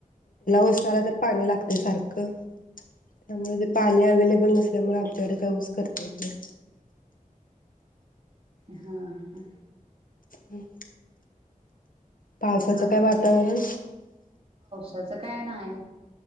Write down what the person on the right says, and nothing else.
हा ह
आम
त्याचं काय नायी